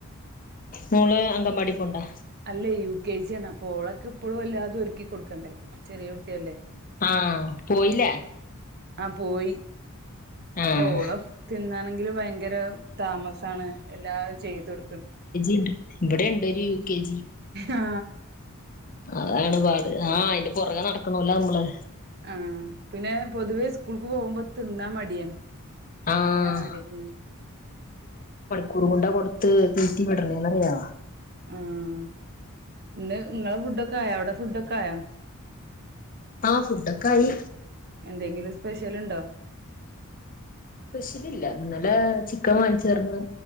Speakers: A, on the left (about 40°); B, on the right (about 45°).
A: മോള് അങ്കംമ്പാടി പോണ്ടോ?
B: അല്ലേ യു കെ ജി ആണ് അപ്പൊ ഓളൊക്കെ ഇപ്പളും അല്ലാതും ഒരുക്കി കൊടുക്കണ്ടേ? ചെറിയ കുട്ടിയല്ലേ?
A: ആ പോയില്ലേ?
B: അ പോയി. അപ്പൊ
A: ആഹ്
B: ഓളം തിന്നാണെങ്കിലും ഭയങ്കര താമസമാണ് എല്ലാം ചെയ്തു കൊടുക്ക
A: ണ്ട് ഇവിടെണ്ട് ഒരു യു കെ ജി.
B: ആ
A: അതാണ്പാട് ആ അയിന്റെ പുറകെ നടക്കോണല്ലോ അമ്മള്.
B: ആ പിന്നെ പൊതുവേ സ്കൂൾക്ക് പോകുമ്പോ തിന്നാ മടിയാണ്.
A: ആഹ്
B: അതിനാണടി ഉം
A: കുറമുണ്ട കൊടുത്ത് തീറ്റി വിടണേന്നറിയോ
B: ആഹ് ഇന്ന് നിങ്ങളെ ഫുഡൊക്കെ ആയോ അവിടെ ഫുഡ്ക്കെ ആയോ
A: ആ ഫുഡൊക്കായി
B: എന്തെങ്കിലും സ്പെഷ്യൽണ്ടോ?
A: സ്പെഷ്യല് ഇല്ല. ഇന്നലെ ചിക്കൻ വാങ്ങിച്ചേർന്ന്